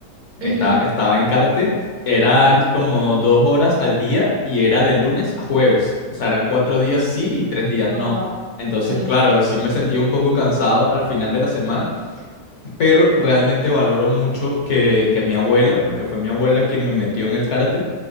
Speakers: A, on the left; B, on the right.
A: Esta-
B: Ujú.
A: estaba en karate. Eran como dos horas al día y era de lunes a jueves. O sea, eran cuatro días sí y tres días
B: Wow,
A: no. Entonces,
B: sí,
A: claro, sí me sentí un poco cansado al final de la semana, pero realmente valoro mucho que, que mi abuela, porque fue mi abuela quien me metió en el karate,